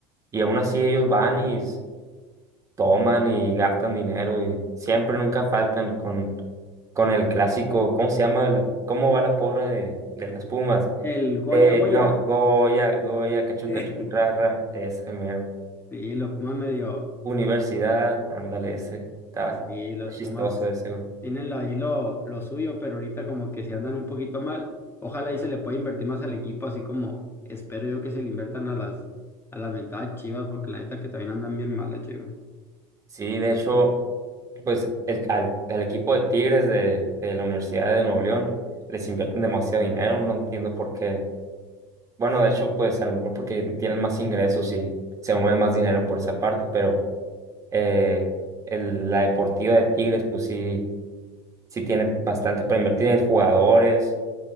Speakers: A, on the right; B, on the left.
A: Y aún así ellos van y, toman y gastan dinero y siempre nunca faltan con, con el clásico, ¿cómo se llama? el- ¿cómo va la porra de, de las Pumas?
B: El Goya
A: Eh,
B: Goya.
A: no, Goya, Goya, cachón,
B: <laughs>
A: cachón, rara, ese mero.
B: Sí, los Pumas medio,
A: Universidad, ándale, ese, está
B: sí, los
A: chistoso
B: Pumas
A: ese, güey.
B: tienen lo- ahí lo, lo suyo, pero ahorita como que se andan un poquito mal. Ojalá ahí se le pueda invertir más al equipo, así como espero yo que se le inviertan a las, a las mentadas Chivas, porque la neta que también andan bien mal las Chivas.
A: Sí, de hecho, pues el, al, al equipo de Tigres de, de la Universidad de Nuevo León les invierten demasiado dinero, no entiendo por qué. Bueno, de hecho, pues a lo mejor porque tienen más ingresos y se mueve más dinero por esa parte, pero Eh, el- la deportiva de Tigres, pues sí, sí tiene bastante para invertir en jugadores,